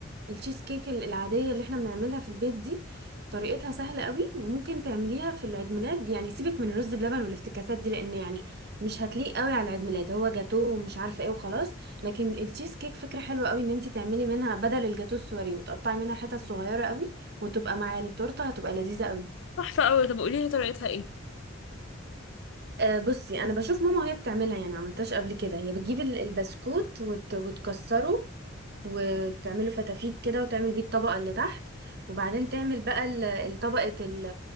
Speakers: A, on the right (about 55°); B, on the left (about 65°).
A: التشيز كيك ال- العاديه اللي احنا بنعملها في البيت دي طريقتها سهله قوي وممكن تعمليها في العيد ميلاد يعني سيبك من الرز بلبن والافتكاسات دي لان يعني مش هتليق قوي على العيد ميلاد هو جاتوه ومش عارفه ايه وخلاص لكن التشيز كيك فكره حلوه قوي ان انت تعملي منها بدل الجاتوه السوري وتقطعي منها حتت صغيره قوي وتبقى مع التورته هتبقى لذيذه قوي
B: تحفة قوي طب قولي لي طريقتها إيه
A: أه بصي انا بشوف ماما وهي بتعملها يعني ما عملتهاش قبل كده هي بتجيب ال- البسكوت وت... وتكسره وتعمله فتافيت كده وتعمل بيه الطبقة اللي تحت وبعدين تعمل بقى ال- الطبقة ال-